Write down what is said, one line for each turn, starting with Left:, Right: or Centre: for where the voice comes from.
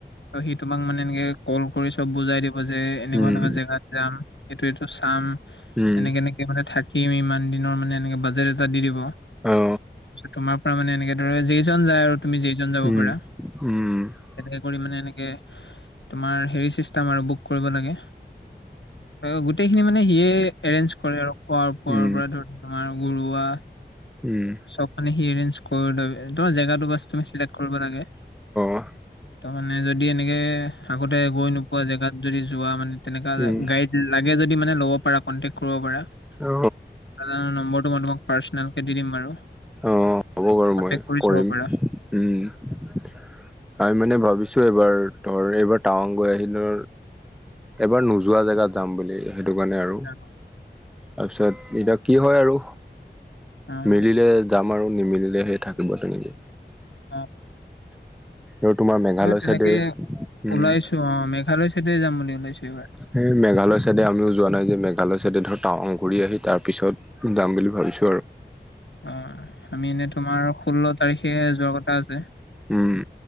Left: ত' সি তোমাক মানে এনেকে কল কৰি চব বুজাই দিব যে এনেকুৱা
Centre: উম
Left: এনেকুৱা জেগাত যাম এইটো - এইটো চাম
Centre: উম
Left: এনেকে - এনেকে মানে থাকিম ইমান দিনৰ মানে এনেকে বাজেট এটা দি দিব।
Centre: অ
Left: তোমাৰ পৰা মানে এনেকে ধৰে যি জন যায় আৰু তুমি যেইজন যাব
Centre: উম
Left: পাৰা।
Centre: উম উম
Left: তেনেকে কৰি মানে এনেকে তোমাৰ হেৰি চিষ্টেম আৰু বুক কৰিব লাগে। অ গোটেইখিনি মানে সিয়ে এৰেঞ্জ কৰে আৰু খোৱা -
Centre: উম
Left: পুৱাৰ পৰা ধৰ তোমাৰ ঘোৰুৱা
Centre: উম।
Left: চব মানে সি এৰেঞ্জ কৰি লবি, তোমাৰ জেগাটো বাছ তুমি চিলেক্ট কৰিব লাগে।
Centre: অ
Left: তাৰ মানে যদি এনেকে আগতে গৈ নোপোৱা জেগাত যদি যোৱা মানে তেনেকা
Centre: উম
Left: গা গাড়ীত ল লাগে যদি মানে ল'ব পাৰা, কনটেক্ট কৰিব পাৰা। দাদাৰ
Centre: অ
Left: নম্বৰটো মই তোমাক পাৰ্চনেল কে দি দিম বাৰু।
Centre: অ', হ'ব বাৰু
Left: কন্টেক্ট
Centre: মই
Left: কৰি
Centre: কৰিম,
Left: চাব পাৰা
Centre: উম। আমি মানে ভাবিছো এইবাৰ ধৰ এইবাৰ টাৱাং গৈ আহিলো এবাৰ নোযোৱা জেগাত যাম বুলি সেইটো কাৰণে আৰু।
Left: অ
Centre: তাৰপিছত এতিয়া কি হয় আৰু
Left: অ
Centre: মিলিলে যাম আৰু নিমিলিলেহে সেই থাকিব তেনেকে।
Left: অহ।
Centre: আৰু তোমাৰ মেঘালয়
Left: তেনেকে
Centre: চাইদে উম
Left: ওলাইছো অ', মেঘালয় চাইডে যাম বুলি ওলাইছো এইবাৰ।
Centre: সেই মেঘালয় চাইডে আমিও যোৱা নাই যে মেঘালয় চাইডে ধৰ টাৱাং ঘূৰি আহি তাৰ পিছত যাম বুলি ভাবিছো আৰু।
Left: অ আমি এনে তোমাৰ ষোল্ল তাৰিখে যোৱাৰ কথা আছে।
Centre: উম।